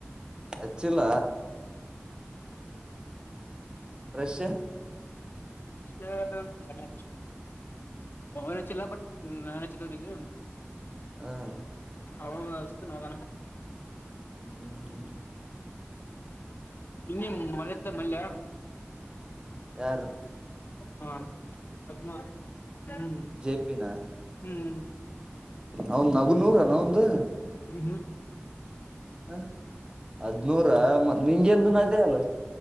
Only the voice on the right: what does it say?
ಅಚ್ಚಿಲ್ಲ ಫ್ರಷ್
ಹ್ಮ್
ಹ್ಮ್ ಹ್ಮ್
ಯಾರ
ಜೆ ಪಿನ
ಅವನ್ ನಗು ನೂರ ನ ಒಂದ್
ಹ ಹದ್ನೂರ ಮ ನಿಂಗೆಂದ ಅಜೇ ಅಲ್ಲ <inaudible>